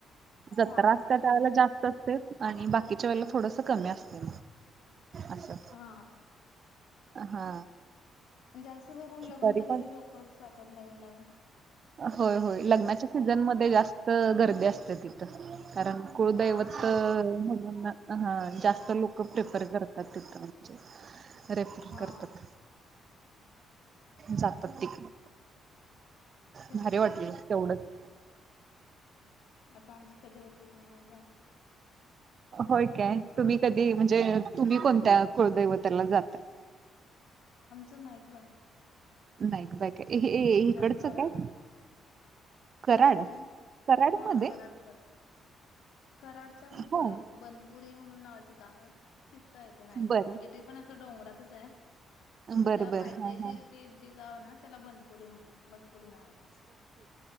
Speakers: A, on the right; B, on the left.
A: जत्राच्या
B: हा हा
A: टायमाला जास्त आणि बाकीच्या वेळेला थोडस कमी असते. असं
B: हा
A: हा
B: जास्त करून लग्न
A: तरी
B: झालेले
A: पण
B: लोक असतात. त्यात नवीन नवीन
A: होय होय लग्नाच्या सीझन मध्ये जास्त गर्दी असते तिथं कारण कुळदैवत
B: हा तेच की.
A: म्हणून हा जास्त लोक प्रिफर करतात तिथं म्हणजे रेफर
B: हा
A: करतात. जातात तिकडे
B: तेच
A: भारी
B: की
A: वाटलं तेवढंच
B: आता आमच कधी होते गावाला जाणं.
A: होय काय तुम्ही कधी म्हणजे तुम्ही कोणत्या कुळदैवताला जाताय.
B: आमचं नाईक बा आहे.
A: नाईक बा हे इकडचं
B: कराडकडे
A: काय. कराड
B: नाही,
A: कराड
B: हा
A: मध्ये
B: कराड कडे, कराडच्या पण पुढं
A: हो
B: बनपुरी म्हणून नावाचं गाव आहे. तिथ आहे ते नाईकबा
A: बरं
B: म्हणजे ते पण डोंगरातच आहे. तिथल्या
A: बरं बरं
B: पायथ्याशी
A: हा हा
B: ते जे गाव ना त्याला बनपुरी म्हणतो बनपुरी नावाच